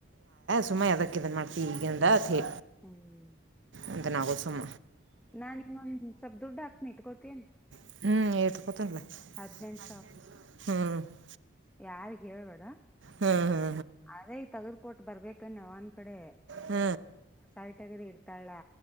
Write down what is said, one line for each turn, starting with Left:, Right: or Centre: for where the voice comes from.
Right: ಸುಮ್ಮಾ ಅದಕ್ಕಿಂತ ಮಾಡ್ತೀವಿ ಈಗಿಂದತ್ೇ.
Centre: ಹ್ಮ್
Right: ಒಂದ ಕುಸುಮ
Centre: ನಾನ್ ಇನ್ನೊಂದ್ ಸ್ವಲ್ಪ ದುಡ್ಡು ಹಾಕ್ನಿಟ್ಕೋತೀನಿ.
Right: <unintelligible>
Centre: ಹದ್ನೆಂಟ ಯಾರಿಗೆ ಹೇಳ್ಬೇಡ
Right: ಹ್ಮ್ ಹ್ಮ್
Centre: ಅದೇ ಈಗ ತಗದಕ ಕೊಟ್ಟ ಬರ್ಬೇಕಣ. ಅವ್ವ ನ್ ಕಡೆ
Right: ಹ್ಮ್
Centre: ಸೈಟ್ ಆಗ್ರ ಇಡ್ತಾಳಾ.